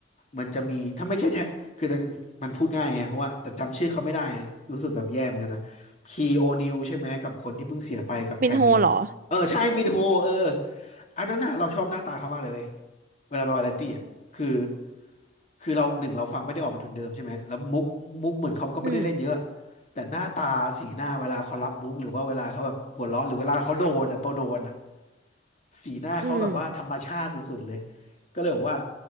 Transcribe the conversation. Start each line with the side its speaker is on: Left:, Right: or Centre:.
Left: มันจะมีถ้าไม่ใช่แทคือมันพูดง่ายไงเพราะว่าแต่จำชื่อเขาไม่ได้รู้สึกแบบแย่เหมือนกันนะคีโอนิวใช่ไหมกับคนที่เพิ่งเสียไปกับแทมมินอ่ะเออใช่มินโฮเออ
Right: มินโฮเหรอ
Left: อันนั้นอ่ะเราชอบหน้าตาเขามากเลยเว้ยเวลาไปวาไรตี้อ่ะคือ คือเราหนึ่งเราฟังไม่ได้ออกเป็นทุนเดิมใช่ไหมแล้วมุกมุกเหมือนเขาก็ไม่ได้เล่นเยอะ
Right: อืม
Left: แต่หน้าตาสีหน้าเวลาเขารับมุกหรือว่าเวลาเขาแบบหัวเราะหรือเวลาเขาโดนอ่ะตัวโดนอ่ะสีหน้าเขาแบบว่าธรรมชาติสุดๆเลย
Right: อืม
Left: ก็เลยบอกว่า